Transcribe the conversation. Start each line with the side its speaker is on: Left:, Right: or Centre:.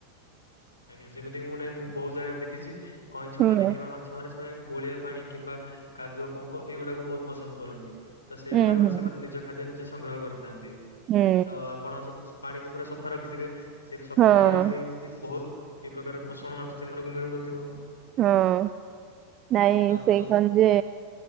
Left: ଆଜ୍ଞା ସେମିତି ମୁଁ ନାହିଁ ମୁଁ ବହୁତ୍ ଜାଗାରେ ଦେଖିଚି କଇଁଛ
Right: ହୁଁ।
Left: ମାନେ କିମ୍ବା ମା ଛ ମାନେ ସେମାନେ ଗୋଳିଆ ପାଣି କିମ୍ବା କାଦୁଅ ପଙ୍କ ଏଇଗୁଡାକୁ ବହୁତ୍ ପସନ୍ଦ୍ କରନ୍ତି। ତ ସେଇଗୁଡ଼ାକରୁ
Right: ହୁଁ ହୁଁ
Left: ସେମାନେ ନିଜ ଖାଦ୍ୟ ନିଜେ ସଂଗ୍ରହ କରିଥାନ୍ତି
Right: ହୁଁ
Left: ତ ଆ ଆପଣ ସ-ପାଣିକୁ ପୁରା ସଫା ରଖିଥିବେ ସେ ସଫା
Right: ହଁ
Left: ପାଣିରୁ ବି ଏମିତି ବହୁତ୍ ଏ ପ୍ରକାର ପୋଷଣ ଆସ୍- ସେମାନଙ୍କୁ ମିଳୁନଥିବ।
Right: ହଁ- ନାଇଁ
Left: ଆପଣ
Right: ସେଇ କଣ୍ ଯେ